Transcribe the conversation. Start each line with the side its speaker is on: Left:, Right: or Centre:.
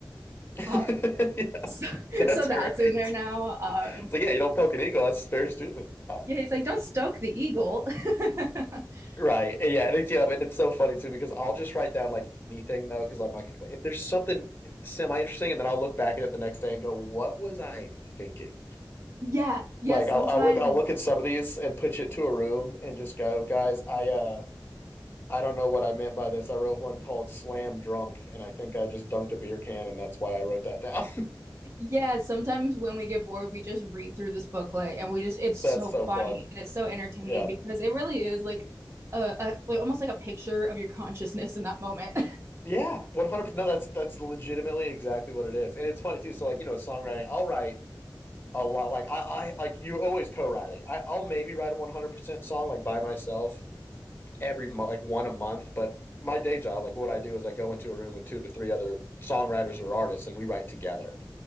Left: <laughs> yeah.
Right: Uh, <laughs> so,
Left: That's
Right: so that's
Left: great.
Right: in there now. Um,
Left: So yeah, you don't poke an eagle, that's very stupid. Yeah.
Right: yeah, he's like, don't stoke the eagle. <laughs>
Left: Right. Yeah. And it's, yeah. And it's so funny too because I'll just write down like anything though because I'm like if, if there's something semi interesting and then I'll look back at it the next day and go what was I thinking?
Right: Yeah, yeah,
Left: Like
Right: sometimes,
Left: I'll I'll look I'll look at some of these and push it to a room and just go guys I uh I don't know what I meant by this. I wrote one called Slam Drunk and I think I just dunked a beer can and that's why I wrote that down.
Right: yeah, sometimes when we get bored, we just read through this booklet and we just, it's
Left: <laughs>
Right: so
Left: That's so
Right: funny
Left: fun.
Right: and it's so entertaining
Left: Yeah.
Right: because it really is like a, a like almost like a picture of your consciousness in that moment.
Left: Yeah, 100%. No, that's that's legitimately exactly what it is. And it's funny too. So like, you know, songwriting, I'll write a lot. Like I, I like you always co-writing. I, I'll maybe write a 100% song like by myself every mo- like one a month. But my day job, like what I do is I go into a room with two to three other songwriters or artists and we write together.